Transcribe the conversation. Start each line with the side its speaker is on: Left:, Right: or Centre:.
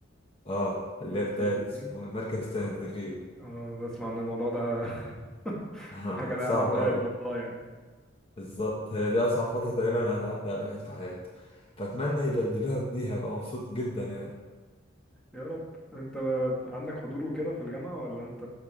Left: اه اللي
Centre: مركز
Left: هي بتاعت
Centre: التدريب
Left: اسمه إيه؟ مركز تدريب
Centre: اه بسمع ان الموضوع ده <laughs>
Left: <laughs>
Centre: حاجة لا
Left: صعب
Centre: يعلم بها
Left: قوي
Centre: إلا الله يعني
Left: بالظبط هي دي اصعب فتره تقريبا هتعدي على الواحد في حياته فاتمنى يبدلوها بدي هبقى مبسوط جدا يعني
Centre: يا رب انت ب- عندك حضور وكده في الجامعة ولا انت